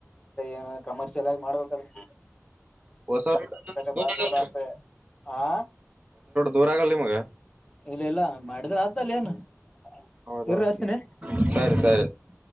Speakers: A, on the left; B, on the right.
A: ಏನ ಕಮರ್ಷಿಯಲ್ ಆಗ್
B: ಹೊಸ ರೋಡ್
A: <unintelligible>
B: ದೂರ ಆಗಲ್ಲ
A: <unintelligible> ಹಾ
B: ದೂರಾಗಲ್ಲ್ ನಿಮ್ಗ
A: ಇಲ್ಲ ಇಲ್ಲ ಮಾಡಿದ್ರೆ <unintelligible>
B: ಹೌದೌದು
A: ಏನು
B: ಸರಿ
A: <unintelligible>
B: ಸರಿ